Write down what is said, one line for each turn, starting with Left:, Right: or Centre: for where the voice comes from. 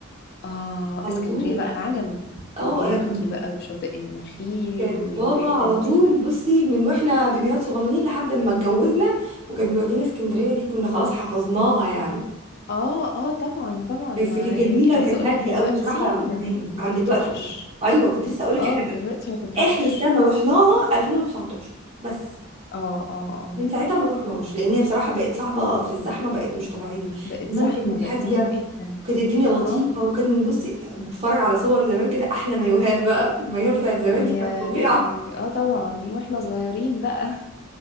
Left: اه
Right: على
Left: اسكندريه
Right: طول
Left: بقى العجمي
Right: اه
Left: وبيانكي
Right: لكن
Left: بقى وشاطئ النخيل
Right: كان كان
Left: والحتت
Right: بابا على
Left: دي
Right: طول بصي من واحنا بيبيهات صغننين لحد ما اتجوزنا وكان بيودينا اسكندرية دي كنا خلاص حفظناها يعني
Left: اه اه طبعا طبعا
Right: بس
Left: ما
Right: كانت جميلة
Left: يعني عايزه
Right: وكانت
Left: اقول
Right: هادية
Left: لك دلوقتي
Right: قوي بصراحة عن
Left: م-
Right: زمان عن
Left: ما تطرحش
Right: دلوقتي قوي. ايوه كنت لسه اقول لك
Left: اه
Right: احنا
Left: دلوقتي ما تطرحش
Right: اخر سنة رحناها 2019 بس
Left: اه اه اه
Right: من ساعتها ما رحناش لان هي بصراحه بقت صعبه في الزحمه بقت مش طبيعيه
Left: بقت
Right: زمان
Left: زحمه
Right: كانت هاديه
Left: بقت زحمه جدا
Right: كانت الدنيا لطيفه
Left: اه
Right: وكان بصي بتفرج على صور زمان كده احلى مايوهات بقى المايوهات بتاعت زمان
Left: يا
Right: دي كانت فظيعه
Left: لهوي اه طبعا واحنا صغيرين بقى